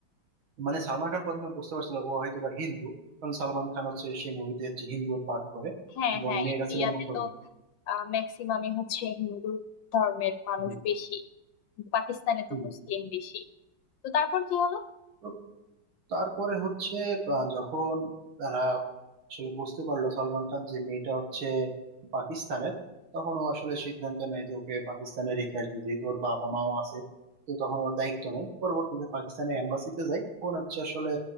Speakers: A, on the right; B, on the left.
A: মানে সালমান খান প্রথমে বুঝতে পারছিল ও হয়তো বা হিন্দু কারণ সালমান খান হচ্ছে সেই মুভিতে হচ্ছে হিন্দু পাঠ করে
B: হ্যাঁ
A: এবং
B: হ্যাঁ
A: মেয়েরা
B: ইন্ডিয়াতে
A: ছিল মুসলমান
B: তো ম্যাক্সিমামই হচ্ছে হিন্দু ধর্মের মানুষ
A: হুম,
B: বেশি পাকিস্তানে তো
A: হুম।
B: মুসলিম বেশি তো তারপর কি হলো
A: তো তারপরে হচ্ছে আহ, যখন তারা আসলে বুঝতে পারলো সালমান খান যে মেয়েটা হচ্ছে পাকিস্তানের তখন ও আসলে সিদ্ধান্ত নেয় যে ওকে পাকিস্তানে রেখে আসবে যেহেতু ওর বাবা মাও আছে তো তখন ওর দায়িত্ব নেই পরবর্তীতে পাকিস্তানের এম্বাসিতে যায় তখন হচ্ছে আসলে